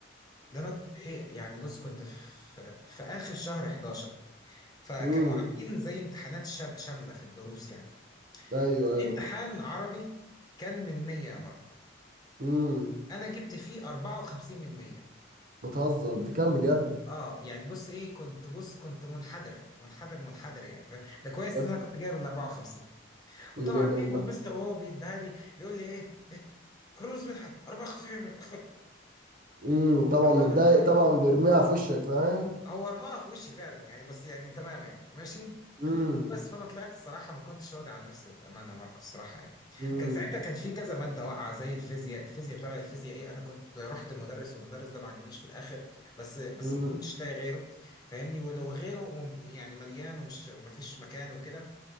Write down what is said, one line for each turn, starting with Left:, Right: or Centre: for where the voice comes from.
Left: ده انا كنت ايه يعني بص كنت في في اخر شهر 11 فكانوا
Right: امم
Left: عاملين زي امتحانات شا- شامله في الدروس يعني
Right: ايوه
Left: في
Right: ايوه
Left: امتحان عربي كان من 100 يا ماركو
Right: امم
Left: انا جبت فيه 54 من 100
Right: بتهزر بتكلم بجد
Left: اه يعني بص ايه كنت بص كنت منحدر منحدر منحدر يعني ف- ده كويس
Right: بس
Left: ان انا كنت جايب ال 54
Right: يا
Left: وطبعا
Right: دي ده
Left: ايه والمستر وهو بيديها لي بيقول لي ايه, إيه كرونوس منحت 54 خد
Right: امم طبعا
Left: <laughs>
Right: متضايق طبعا بيرميها في وشك فاهم
Left: هو رماها في وشي فعلا يعني بس يعني تمام يعني ماشي
Right: امم
Left: بس فانا طلعت الصراحه ما كنتش راضي عن نفسي بامانه ماركو الصراحه يعني
Right: امم
Left: كان ساعتها كان في كذا ماده واقعه زي الفيزياء الفيزياء بتاع الفيزياء ايه انا كنت رحت المدرس والمدرس ده ما عجبنيش في الاخر بس بس
Right: امم
Left: ما كنتش لاقي غيره فاهمني ولو غيره ممت... يعني مليان ومش وما فيش مكان وكده